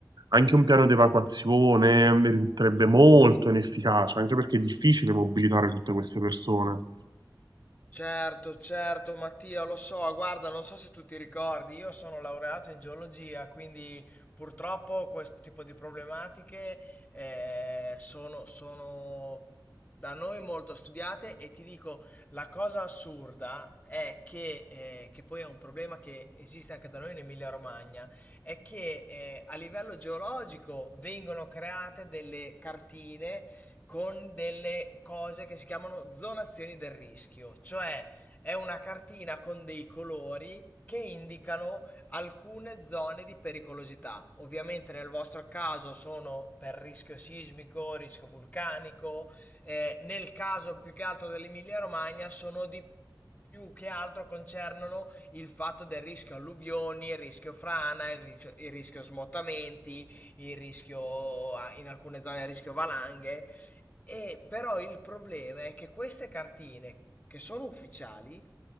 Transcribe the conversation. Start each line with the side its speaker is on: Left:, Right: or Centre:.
Right: anche un piano di evacuazione risulterebbe molto inefficace, anche perché è difficile mobilitare tutte queste persone.
Left: Certo, certo, Mattia, lo so, guarda, non so se tu ti ricordi, io sono laureato in geologia, quindi purtroppo questo tipo di problematiche eh, sono, sono da noi molto studiate e ti dico, la cosa assurda è che, eh, che poi è un problema che esiste anche da noi in Emilia-Romagna, è che eh, a livello geologico vengono create delle cartine con delle cose che si chiamano zonazioni del rischio, cioè è una cartina con dei colori che indicano alcune zone di pericolosità. Ovviamente nel vostro caso sono per rischio sismico, rischio vulcanico, eh, nel caso più che altro dell'Emilia Romagna sono di più che altro concernono il fatto del rischio alluvioni, il rischio frana, il rischio, il rischio smottamenti, il rischio ah, in alcune zone il rischio valanghe. E però il problema è che queste cartine che sono ufficiali